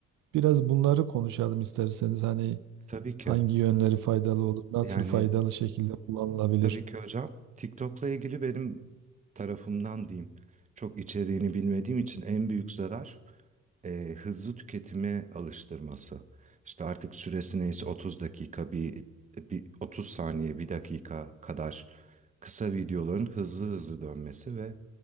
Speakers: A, on the right; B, on the right.
A: Biraz bunları konuşalım isterseniz hani.
B: Tabii ki.
A: Hangi yönleri faydalı olur? Nasıl
B: Yani
A: faydalı şekilde kullanılabilir?
B: Tabii ki hocam. TikTok'la ilgili benim tarafımdan diyeyim. Çok içeriğini bilmediğim için en büyük zarar e, hızlı tüketime alıştırması. İşte artık süresi neyse 30 dakika bir, bir 30 saniye bir dakika kadar kısa videoların hızlı hızlı dönmesi ve